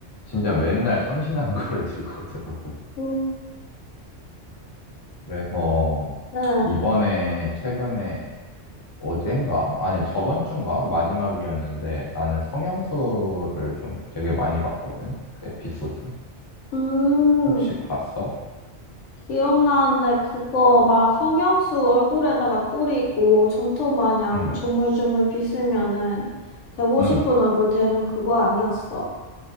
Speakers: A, on the left (about 35°); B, on the left (about 80°).
A: 진짜 맨날 참신한 <laughs> 걸 들고 오더라고.
B: 응.
A: 그래서,
B: 응.
A: 이번에, 최근에, 어젠가? 아니, 저번 주인가? 마지막이었는데, 나는 성형수를 좀 되게 많이 봤거든? 그 에피소드.
B: 음.
A: 혹시 봤어?
B: 기억나는데 그거 막 성형수 얼굴에다가 뿌리고 점토 마냥
A: 응,
B: 조물조물 빗으면은 되고
A: 응.
B: 싶은 얼굴 되는 그거 아니었어?